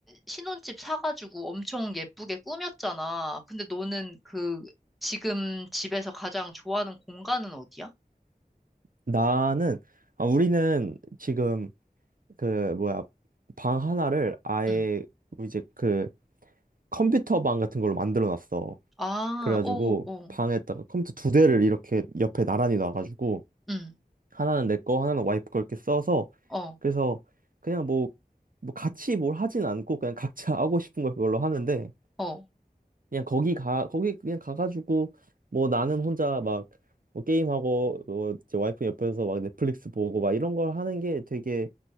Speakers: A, in the centre; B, on the right (about 60°).
A: 신혼집 사가지고 엄청 예쁘게 꾸몄잖아. 근데 너는 그, 지금 집에서 가장 좋아하는 공간은 어디야?
B: 나는 아, 우리는 지금 그 뭐야 방 하나를 아예
A: 응.
B: 이제 그 컴퓨터 방 같은 걸로 만들어 놨어.
A: 아,
B: 그래가지고
A: 오, 오,
B: 방에다가 컴퓨터 두 대를 이렇게 옆에 나란히 놔가지고
A: 응,
B: 하나는 내 거, 하나는 와이프 거 이렇게 써서
A: 어,
B: 그래서 그냥 뭐, 뭐 같이 뭘 하진 않고 그냥 각자 <laughs> 하고 싶은 걸 그걸로 하는데
A: 어.
B: 그냥 거기 가 거기 그냥 가가지고 뭐 나는 혼자 막 뭐 게임하고 뭐 이제 와이프 옆에서 막 넷플릭스 보고 막 이런 걸 하는 게 되게